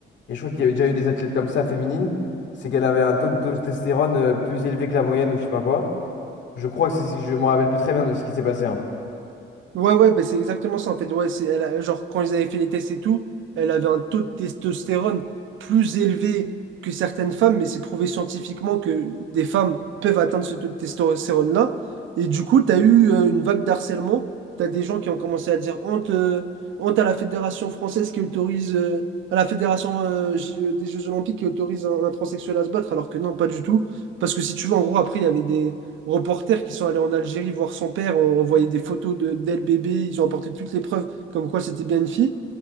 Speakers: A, on the left (about 65°); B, on the right (about 75°).
A: et je crois qu'il y a déjà eu des athlètes comme ça, féminines, c'est qu'elle avait un taux de testostérone euh, plus élevé que la moyenne ou je sais pas quoi. Je crois que c'est... Je me rappelle plus très bien de ce qui s'est passé. hein.
B: Ouais, ouais, bah, c'est exactement ça en fait. Ouais, c'est, elle a- genre, quand ils avaient fait les tests et tout, elle avait un taux de testostérone plus élevé que certaines femmes, mais c'est prouvé scientifiquement que des femmes peuvent atteindre ce taux de testostérone-là. Et du coup, tu as eu euh, une vague d'harcèlement. Tu as des gens qui ont commencé à dire honte, euh, honte à la Fédération française qui autorise, euh, à la Fédération euh, J- euh, des Jeux Olympiques qui autorise un, un transsexuel à se battre, alors que non, pas du tout. Parce que si tu veux, en gros, après, il y avait des reporters qui sont allés en Algérie voir son père, on, on voyait des photos de, d'elle bébé, ils ont apporté toutes les preuves comme quoi c'était bien une fille.